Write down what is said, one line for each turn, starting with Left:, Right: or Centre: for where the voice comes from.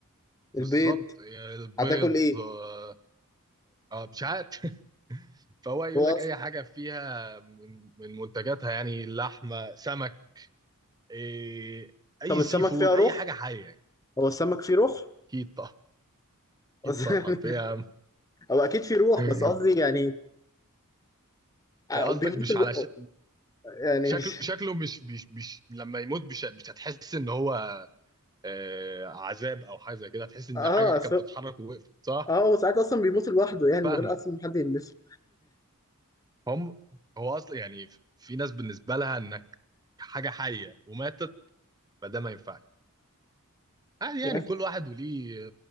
Right: بالظبط
Left: البيض
Right: يعني البيض
Left: هتاكل ايه
Right: آه، اه مش عارف <laughs> فهو يقول
Left: هو
Right: لك
Left: أص-
Right: اي حاجه فيها من من منتجاتها يعني لحمه سمك إيه اي
Left: طب السمك
Right: سي فود
Left: فيها
Right: اي
Left: روح
Right: حاجه حيه يعني
Left: هو السمك فيه روح
Right: اكيد طبعا
Left: قصدي
Right: اكيد طبعا
Left: <laughs>
Right: فيها
Left: يعني هو اكيد فيه روح
Right: <laughs>
Left: بس قصدي يعني آه،
Right: قصدك
Left: بيموت
Right: مش
Left: الو...
Right: على ش...
Left: يعني
Right: شكله
Left: مش
Right: شكله مش مش مش لما يموت مش مش هتحس ان هو آه عذاب او حاجه زي كده هتحس ان
Left: <laughs> اه
Right: حاجه كانت
Left: سو...
Right: بتتحرك ووقفت صح
Left: اه هو ساعات اصلا بيموت لوحده يعني
Right: فاهمك
Left: من غير اصلا ما حد يلمسه
Right: هم هو اصلا يعني في ناس بالنسبه لها انك حاجه حيه وماتت فده ما ينفعش عادي
Left: مش
Right: يعني
Left: عارف
Right: كل واحد وليه